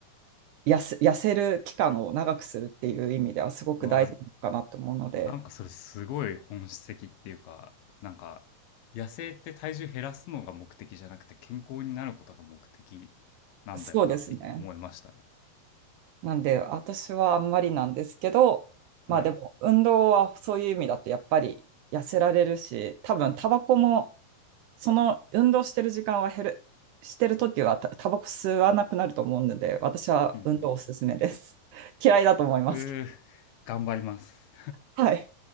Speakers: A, on the right; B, on the left.
A: う、痩せ、痩せる期間を長くするっていう意味ではすごく大事なのかなと思うので、
B: うわ、なんかそれすごい本質的っていうか、なんか、痩せって体重減らすのが目的じゃなくて、健康になることが目的なんだよなって今思いましたね。
A: そうですね。なんで、私はあんまりなんですけど、まあでも、
B: はい。
A: 運動はそういう意味だとやっぱり痩せられるし、多分タバコも、その運動してる時間は減る、してる時はタ、タバコ吸わなくなると思うので、私は運動おすすめです。
B: うん
A: <laughs> 嫌いだと思いますけど。
B: うん。うー、頑張ります。
A: はい。